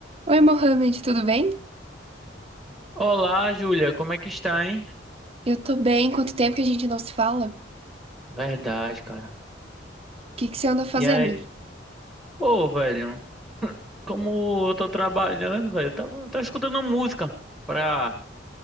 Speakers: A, on the right (about 30°); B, in the centre.
A: Oi, Mohamed, tudo bem?
B: Olá, Júlia, como é que está, hein?
A: Eu tô bem. Quanto tempo que a gente não se fala? O
B: Verdade, cara.
A: que que você anda fazendo?
B: E aí, pô, velho, como eu tô trabalhando, velho, eu tava, eu tava escutando música pra,